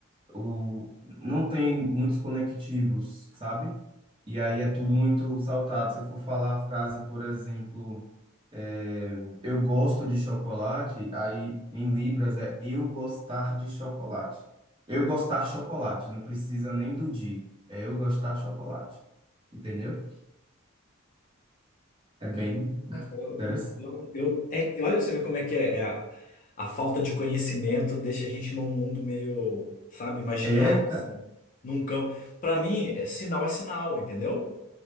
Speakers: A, on the right (about 25°); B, on the left (about 35°).
A: o, não tem muitos conectivos, sabe? E aí é tudo muito saltado. Se eu for falar a frase, por exemplo, é, eu gosto de chocolate, aí em Libras é eu gostar de chocolate. Eu gostar chocolate, não precisa nem do de, é eu gostar chocolate. Entendeu? É bem
B: Caraca, eu,
A: interessante.
B: eu não sabia. Eu- eu- é olha pra você ver como é que é, é a, a falta de conhecimento deixa a gente num mundo meio, sabe, imaginário,
A: É, cara,
B: assim, num campo. Pra mim, é- sinal é sinal, entendeu?